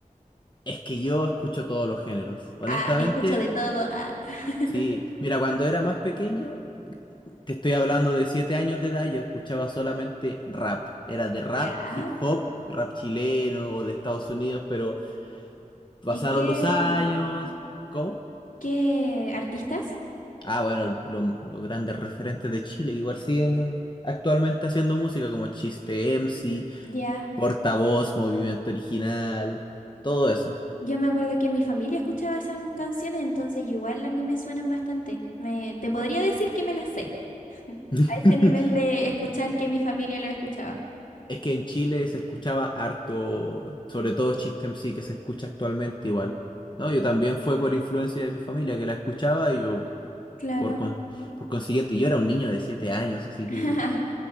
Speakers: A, on the left; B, on the left.
A: Es que yo escucho todos los géneros, honestamente,
B: Ah, escucho de todo. ah. <laughs>
A: sí. Mira, cuando era más pequeño, te estoy hablando de siete años de edad, yo escuchaba solamente rap. Era de rap,
B: Ya.
A: hip hop, rap chileno o de Estados Unidos, pero pasaron
B: ¿Y qué,
A: los años. ¿Cómo?
B: qué artistas?
A: Ah, bueno, lo- los grandes referentes de Chile que igual siguen actualmente haciendo música como Chiste MC,
B: Ya,
A: Portavoz, Movimiento Original, todo eso.
B: yo me acuerdo que mi familia escuchaba esas canciones, entonces igual a mí me suenan bastante. Me, te podría decir que me las sé.
A: <laughs>
B: A ese nivel de escuchar que mi familia lo escuchaba.
A: Es que en Chile se escuchaba harto, sobre todo Chiste MC que se escucha actualmente igual. No, yo también fue por influencia de mi familia que la escuchaba y yo
B: Claro.
A: por, con- por consiguiente, yo era un niño de 7 años, así
B: <laughs>
A: que